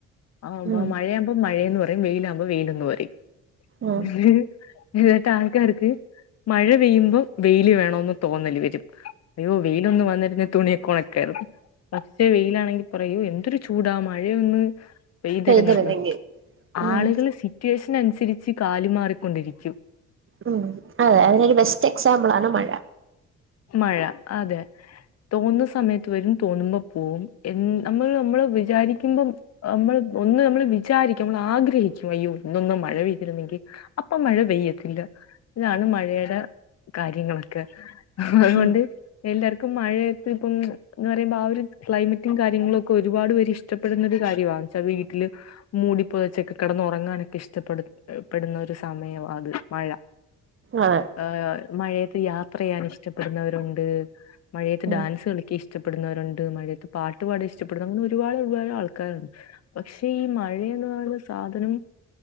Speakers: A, on the left; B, on the right.
A: ആഹ്
B: ഉം
A: മഴയാകുമ്പം മഴയെന്ന് പറയും വെയിലാകുമ്പം വെയിലെന്ന് പറയും
B: ഉം
A: ഉ <unintelligible> തായിട്ട് ആൾക്കാർക്ക് മഴ പെയ്യുമ്പോ വെയിലു വേണമ്ന്ന് തോന്നലു വരും അയ്യോ വെയിലൊന്നു വന്നിരുന്നേ തുണിയൊക്കെ ഒണക്കായിരുന്നു പക്ഷേ വെയിലാണെങ്കി പറയും അയ്യോ എന്തൊരു ചൂടാ മഴയൊന്ന് പെയതിരുന്നെങ്കിലും
B: പെയ്തിരുന്നെങ്കി ഉം
A: ആളുകളു സിറ്റ് വേഷൻ അനുസരിച് കാലു മാറിക്കൊണ്ടിരിക്കും
B: ഉം ഓഹ് അതിനൊരു ബെസ്റ്റ് എക്സാമ്പിളാണ് മഴ
A: മഴ അതെ തോന്നുന്ന സമയത്ത് വരും തോന്നുമ്പ പോം എന്ന് നമ്മള് നമ്മള് വിചാരിക്കുമ്പം നമ്മളെ ഒന്ന് നമ്മൾ വിചാരിക്കും നമ്മൾ ആഗ്രഹിക്കും അയ്യോ ഇന്നൊന്ന് മഴ പെയ്തിരുന്നെങ്കിൽ അപ്പം മഴ പെയ്യത്തില്ല ഇതാണ് മഴയുടെ കാര്യങ്ങളൊക്കെ അതുകൊണ്ട്
B: ഉം
A: എല്ലാർക്കും മഴയൊക്കെ ഇപ്പം എന്ന് പറയുമ്പം ആ ഒരു ക്ലൈമറ്റും കാര്യങ്ങളും ഒക്കെ ഒരുപാട് പേര് ഇഷ്ടപ്പെടുന്ന ഒരു കാര്യാ എന്നുവെച്ചാൽ വീട്ടില് മൂടിപ്പൊതച്ചൊക്കെ കെടന്നൊറങ്ങാനൊക്കെ ഇഷ്ടപെടുന്നൊരു സമയാ അത് മഴ
B: അതെ
A: ആഹ് മഴയത്ത് യാത്ര ചെയ്യാൻ ഇഷ്ടപ്പെടുന്നവരുണ്ട് മഴയത്ത്
B: ഉം
A: ഡാൻസ് കളിക്ക ക്കിഷ്ടപ്പെടുന്നവരുണ്ട് മഴയത്ത് പാട്ട് പാടാൻ ഇഷ്ടപ്പെടുന്ന അങ്ങന് ഒരുപാട് ഒരുപാട് ആൾക്കാരുണ്ട് പക്ഷെ ഈ മഴേന്ന് പറയുന്ന സാധനം